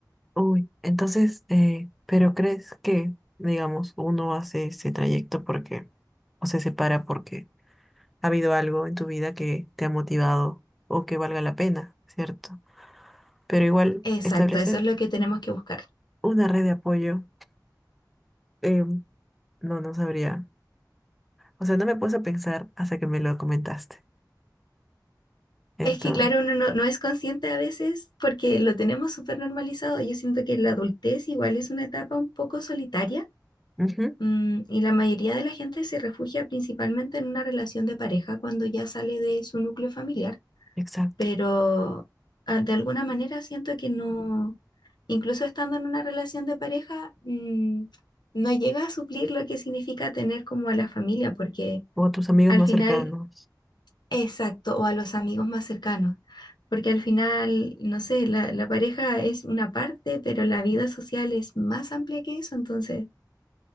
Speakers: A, in the centre; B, on the left.
A: uy. Entonces, eh, ¿pero crees que, digamos, uno hace ese trayecto porque, o se separa porque ha habido algo en tu vida que te ha motivado o que valga la pena, ¿cierto? Pero igual,
B: Exacto,
A: establecer
B: eso es lo que tenemos que buscar.
A: una red de apoyo, em, no, no sabría. O sea, no me puse a pensar hasta que me lo comentaste. Entonces,
B: Es que, claro, uno no, no es consciente a veces porque lo tenemos súper normalizado. Yo siento que la adultez igual es una etapa un poco solitaria,
A: ujú,
B: mm, y la mayoría de la gente se refugia principalmente en una relación de pareja cuando ya sale de su núcleo familiar,
A: exacto.
B: pero ah, de alguna manera siento que no, incluso estando en una relación de pareja, mm, no llega a suplir lo que significa tener como a la familia, porque
A: O tus amigos
B: al
A: más
B: final
A: cercanos.
B: Exacto, o a los amigos más cercanos, porque al final, no sé, la, la pareja es una parte, pero la vida social es más amplia que eso, entonces